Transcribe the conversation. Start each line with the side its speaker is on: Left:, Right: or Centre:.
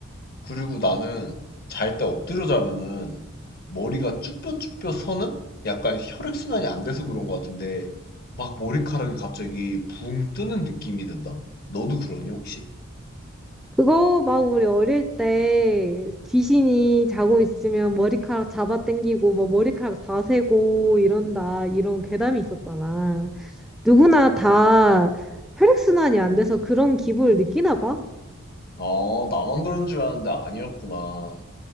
Left: 그리고 나는 잘 때 엎드려 자면은 머리가 쭈뼛쭈뼛 서는 약간 혈액순환이 안 돼서 그런 것 같은데 막 머리카락이 갑자기 붕 뜨는 느낌이 든다? 너도 그러니 혹시?
Centre: 그거 막 우리 어릴 때 귀신이 자고 있으면 머리카락 잡아당기고 뭐 머리카락 다 세고 이런다 이런 괴담이 있었잖아. 누구나 다 혈액순환이 안 돼서 그런 기분을 느끼나 봐.
Left: 아, 나만 그런 줄 아는데 아니었구나.